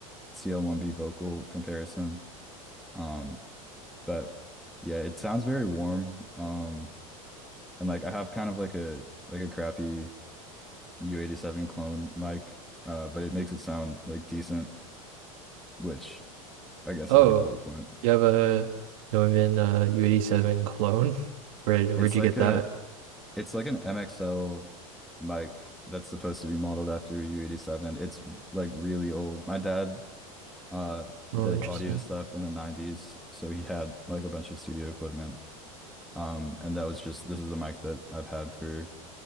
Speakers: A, in the centre; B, on the right.
A: CL1B vocal comparison. Um, but yeah, it sounds very warm. Um, and like I have kind of like a like a crappy U87 clone mic, uh, but it makes it sound like decent, which I guess
B: Oh,
A: is like the whole point.
B: you have a Neumann uh, U87 clone? <laughs> Where where'd
A: It's
B: you
A: like
B: get
A: a
B: that?
A: it's like an MXL mic that's supposed to be modeled after a U87. It's r- like really old. My dad uh
B: Oh,
A: did
B: interesting.
A: audio stuff in the 90s, so he had like a bunch of studio equipment. Um and that was just this is the mic that I've had for